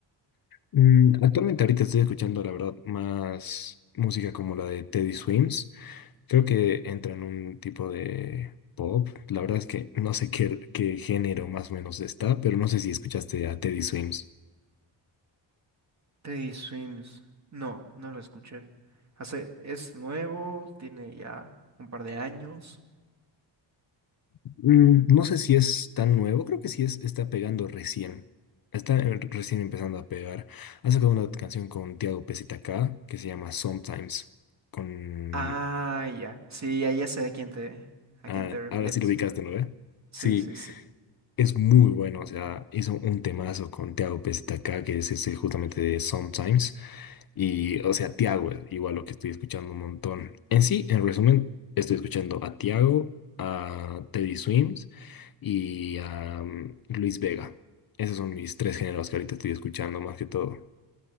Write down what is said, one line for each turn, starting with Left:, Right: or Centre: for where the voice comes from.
Left: Mm, actualmente ahorita estoy escuchando, la verdad, más música como la de Teddy Swims. Creo que entra en un tipo de pop. La verdad es que no sé qué, qué género más o menos está, pero no sé si escuchaste a Teddy Swims.
Right: Teddy Swims. No, no lo escuché. Hace, es nuevo, tiene ya un par de años.
Left: Mm, no sé si es tan nuevo, creo que sí es, está pegando recién. Está eh, recién empezando a pegar. Ha sacado una canción con Tiago PZK que se llama Sometimes. Con...
Right: Ah, ya. Sí, ya, ya sé a quién te, a
Left: ah,
Right: quién te refieres.
Left: ahora sí lo ubicaste, ¿no? ve?
Right: Sí,
Left: Sí,
Right: sí, sí.
Left: Es muy bueno, o sea, hizo un temazo con Tiago acá que es ese justamente de Sometimes. Y, o sea, Tiago es igual lo que estoy escuchando un montón. En sí, en resumen, estoy escuchando a Tiago, a Teddy Swims y a mm, Luis Vega. Esos son mis tres géneros que ahorita estoy escuchando más que todo,